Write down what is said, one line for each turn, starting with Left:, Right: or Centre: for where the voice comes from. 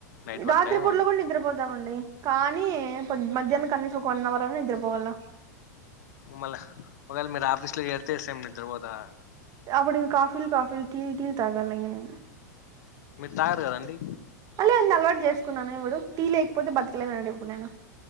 Left: నైట్
Right: రాత్రి
Left: వర్కా ఏమన్నా
Right: పూడ్లో కూడా నిద్రపోతామండి కానీ పో మధ్యాహ్నం కనీసం ఒక వన్ అవర్ అన్నా నిద్రపోవాళ్ల
Left: మళ్ళ ఒకవేళ మీరు ఆఫీస్ లో చేరితే సేమ్ నిద్రపోతారా
Right: అప్పుడు కాఫీలు కాఫీలు టీలు టీలు తాగాలి ఇంగ నేను
Left: మీరు తాగరు కదండీ
Right: అలెండి అలవాటు చేసుకున్నాను ఇప్పుడు టీ లేకపోతే బతకలేనండి ఇప్పుడు నేను